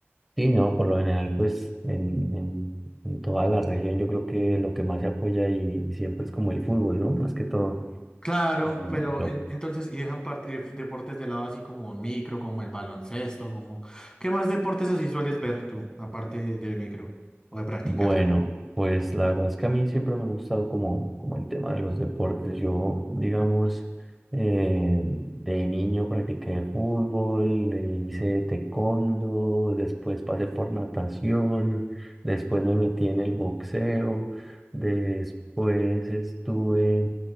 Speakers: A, in the centre; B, on the left (about 20°).
A: Sí, no, por lo general, pues en, en, en toda la región yo creo que lo que más se apoya y siempre es como el fútbol, ¿no? Más que todo,
B: Claro,
A: lo,
B: pero
A: lo
B: en- entonces, y dejan parte de f- deportes de lado así como el micro, como el baloncesto, como... ¿Qué más deportes así sueles ver tú, aparte de micro o de practicar?
A: Bueno, pues la verdad es que a mí siempre me ha gustado como, como el tema de los deportes. Yo, digamos, eh, de niño practiqué fútbol, le hice taekwondo, después pasé por natación, después me metí en el boxeo, después estuve